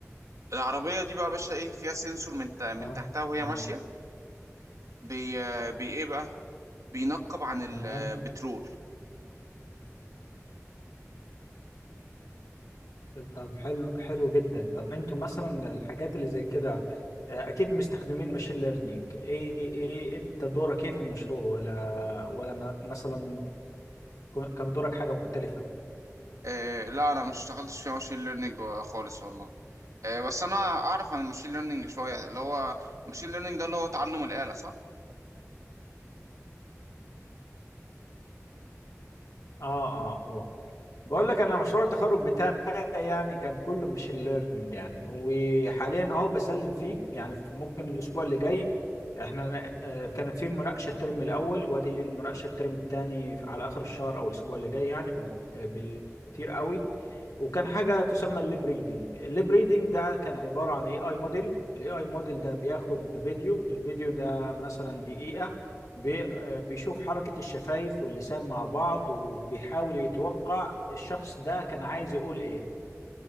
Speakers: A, on the right; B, on the left.
A: العربية دي بقى يا باشا ايه فيها سنسور من تا- من
B: تمام
A: تحتها وهي
B: تمام
A: ماشية بي, آه، بي ايه بقى بينقب عن البترول
B: تمام طب حلو حلو جدا طب انتوا مثلا الحاجات اللي زي كده آه، اكيد مستخدمين ماشين ليرنينج ايه ايه انت دورك ايه في المشروع ولا ولا ما- مثلا آه، كان دورك حاجة مختلفة
A: آه لا انا مش اشتغلتش في ماشين ليرنينج خالص والله آه بس انا اعرف عن الماشين ليرنينج شوية اللي هو ماشين ليرنينج ده اللي هو تعلم الآلة صح؟
B: اه اه هو بقول لك انا مشروع التخرج بتاعي يعني كان كله ماشين ليرنينج يعني وحاليا اهو بسلم فيه يعني في- ممكن الاسبوع اللي جاي احنا ن- آه، كانت في مناقشه الترم الاول وادي المناقشه الترم الثاني على اخر الشهر او الاسبوع اللي جاي يعني بال- آه، بالكتير قوي وكان حاجه تسمى الليب ريدنج الليب ريدنج ده كان عباره عن اي اي موديل الاي اي موديل ده بياخد فيديو الفيديو ده مثلا دقيقه بي آه، بيشوف حركة الشفايف واللسان مع بعض وبيحاول يتوقع الشخص ده كان عايز يقول ايه